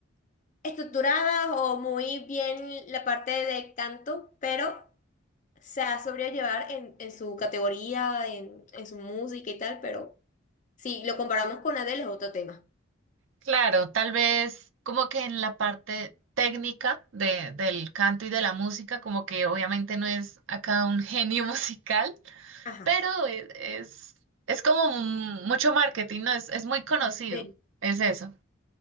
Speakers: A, on the left; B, on the right.
A: estructuradas o muy bien la parte de canto, pero... sea, sobrellevar en, en su categoría, en, en su música y tal, pero si lo comparamos con Adele es otro tema.
B: Claro, tal vez como que en la parte técnica de, del canto y de la música, como que obviamente no es acá un genio <laughs> musical,
A: Ajá.
B: pero e- es, es, como mu- mucho marketing, ¿no? Es, es muy conocido,
A: Sí.
B: es eso.